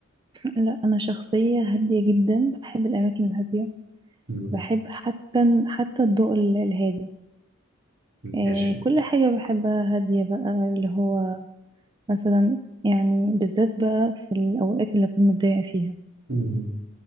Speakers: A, on the right; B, on the right.
A: لا انا شخصيه هاديه جدا بحب الاماكن الهاديه
B: مم،
A: بحب حتى حتى الضوء ال- الهادي
B: ماشي
A: آه كل حاجه بحبها هاديه بقى اللي هو مثلا يعني بالذات بقى في الاوقات اللي اكون متضايقه فيها
B: مم،